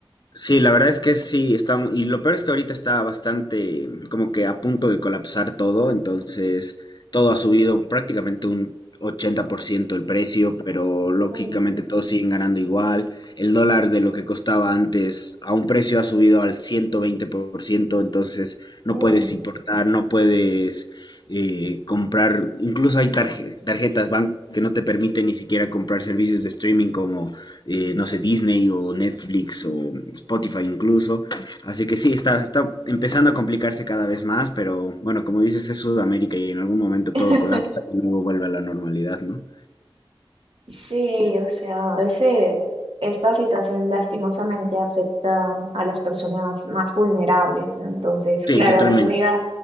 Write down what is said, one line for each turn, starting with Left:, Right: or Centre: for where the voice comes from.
Left: sí, la verdad es que sí, está, mu- y lo peor es que ahorita está bastante como que a punto de colapsar todo, entonces todo ha subido prácticamente un 80% el precio, pero lógicamente
Right: Uy,
Left: todos siguen ganando igual, el dólar de lo que costaba antes a un precio ha subido al 120%. entonces no
Right: uy.
Left: puedes importar, no puedes eh, comprar, incluso hay tarje- tarjetas banco que no te permiten ni siquiera comprar servicios de streaming como eh, no sé, Disney o Netflix o Spotify incluso. Así que sí, está, está empezando a complicarse cada vez más, pero bueno, como dices, es Sudamérica y en algún momento
Right: <laughs>
Left: todo colapsa y luego vuelve a la normalidad, ¿no?
Right: Sí, o sea, a veces esta situación lastimosamente afecta a las personas más vulnerables, ¿no? Entonces,
Left: Sí,
Right: claro,
Left: totalmente.
Right: la subida,